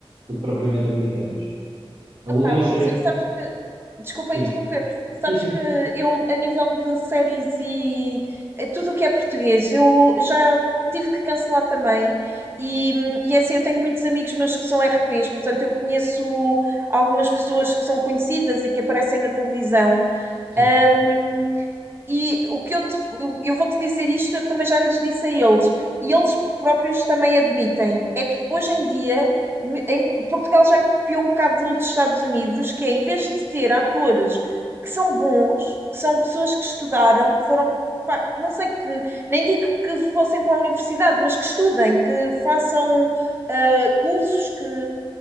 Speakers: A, on the right; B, on the right.
A: do que propriamente americanas. A
B: Epá,
A: última
B: Luísa,
A: série,
B: sabes que, desculpa
A: sim,
B: interromper-te, sabes
A: sim, sim,
B: que eu, a nível de séries e eh, tudo o que é português, eu já tive que cancelar também. E, hum, e é assim, eu tenho muitos amigos meus que são RPs, portanto, eu conheço algumas pessoas que são conhecidas e que aparecem na televisão.
A: sim.
B: Hum, e o que eu, te- eu vou te dizer isto, eu também já lhes disse a eles, e eles próprios também admitem, é que hoje em dia me- em- Portugal já copiou um bocado dos Estados Unidos, que é em vez de ter atores que são bons, que são pessoas que estudaram, que foram, pá, que não sei que, nem digo que fossem para a universidade, mas que estudem, que façam ah, cursos, que